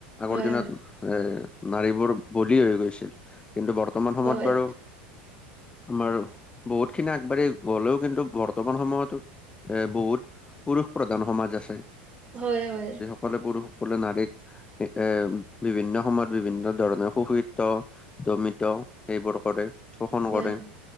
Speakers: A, on the left; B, on the right.
A: আগৰ
B: হয়
A: দিনত
B: হয়
A: এ নাৰীবোৰ বলি হৈ গৈছিল কিন্তু বৰ্তমান সময়ত
B: হয়
A: বাৰু আমাৰ বহুত খিনি আগবাঢ়ি গ'লেও কিন্তু বৰ্তমান সময়তো এ বহুত পুৰুষ প্ৰধান সমাজ আছে
B: হয় হয়
A: সকলে পুৰুষসকলে নাৰীক এ বিভিন্ন সময়ত বিভিন্ন ধৰণৰ সুখিত দমিত সেইবোৰ কৰে শোষণ
B: হয়
A: কৰে
B: হয়